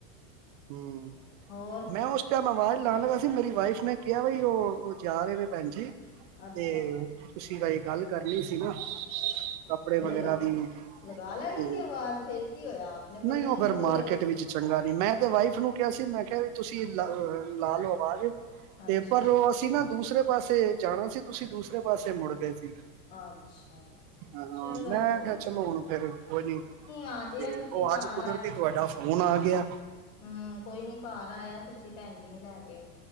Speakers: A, on the right (about 30°); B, on the left (about 55°).
A: ਹਮ
B: ਹੋਰ
A: ਮੈਂ ਉਸ ਟਾਈਮ ਆਵਾਜ ਲਾਣ ਲੱਗਾ ਸੀ, ਮੇਰੀ ਵਾਈਫ ਨੇ ਕਿਹਾ ਬਈ ਉਹ ਜਾ ਰਹੇ ਨੇ ਭੈਣ ਜੀ।
B: ਅੱਛਾ
A: ਤੇ ਤੁਸੀਂ ਵਾਈ ਗੱਲ ਕਰਨੀ ਸੀ ਨਾ,
B: <unintelligible>
A: ਕੱਪੜੇ ਵਗੈਰਾ
B: ਲਗਾ
A: ਦੀ
B: ਲਗਾ ਲੈਣੀ
A: ਤੇ
B: ਸੀ, ਆਵਾਜ਼ ਫੇਰ ਕੀ ਹੋਇਆ, ਆਪਣੇ
A: ਨਹੀਂ
B: ਬੰਦਿਆਂ
A: ਉਹ
B: ਨੂੰ
A: ਫਿਰ
B: ਤਾਂ
A: ਮਾਰਕੀਟ ਵਿੱਚ ਚੰਗਾ ਨੀ ਮੈਂ ਤੇ ਵਾਈਫ ਨੂੰ ਕਿਹਾ ਸੀ, ਮੈਂ ਕਿਹਾ ਵੀ ਤੁਸੀਂ ਲਾ ਲਓ ਆਵਾਜ਼
B: ਅੱਛਾ
A: ਤੇ ਪਰ ਉਹ ਅਸੀਂ ਨਾ ਦੂਸਰੇ ਪਾਸੇ ਜਾਣਾ ਸੀ, ਤੁਸੀਂ ਦੂਸਰੇ ਪਾਸੇ ਮੁੜ ਗਏ ਸੀ।
B: ਅੱਛਾ,
A: ਹਾਂ
B: ਚਲੋ
A: ਮੈਂ
B: ਕੋਈ
A: ਕਿਹਾ ਚਲੋ,
B: ਨੀ
A: ਹੁਣ ਫੇਰ ਕੋਈ ਨੀ
B: ਆ ਜਾਇਆ
A: ਤੇ
B: ਤੁਸੀਂ
A: ਉਹ
B: ਘਰ
A: ਅੱਜ ਕੁਦਰਤੀ ਤੁਹਾਡਾ ਹੁਣ ਆ ਗਿਆ।
B: ਹੂੰ ਕੋਈ ਨੀ ਘਰ ਆਇਆ, ਤੁਸੀਂ ਭੈਣ ਜੀ ਨੂੰ ਲੈ ਕੇ,